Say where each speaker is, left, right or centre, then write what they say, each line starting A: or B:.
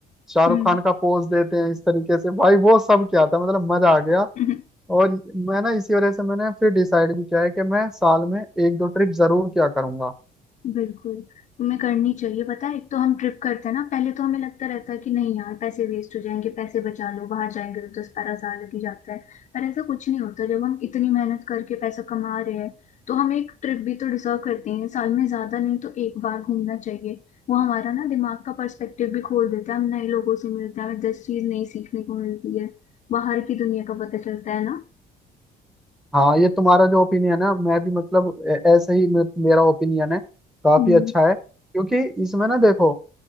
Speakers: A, in the centre; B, on the left.
A: शाहरुख
B: हम्म
A: खान का पोज देते हैं इस तरीके से भाई वो सब क्या था मतलब मजा आ गया
B: <laughs>
A: और मैं ना इसी वजह से मैंने फिर डिसाइड भी किया है कि मैं साल में एक दो ट्रिप जरूर क्या करूंगा
B: बिल्कुल तुम्हें करनी चाहिए पता है एक तो हम ट्रिप करते हैं ना पहले तो हमें लगता रहता है कि नहीं यार पैसे वेस्ट हो जाएंगे पैसे बचा लो बाहर जाएंगे तो दस बारह हजार लग ही जाता है पर ऐसा कुछ नहीं होता जब हम इतनी मेहनत करके पैसा कमा रहे हैं तो हम एक ट्रिप भी तो डिजर्व करते हैं साल में ज्यादा नहीं तो एक बार घूमना चाहिए वो हमारा ना दिमाग का पर्सपेक्टिव भी खोल देता है हम नए लोगों से मिलते हैं हमें दस चीज नई सीखने को मिलती है बाहर की दुनिया का पता चलता है ना
A: हाँ ये तुम्हारा जो ओपिनियन है मैं भी मतलब ए- ऐसे ही मे- मेरा ओपिनियन है काफी
B: हम्म
A: अच्छा है क्योंकि इसमें ना देखो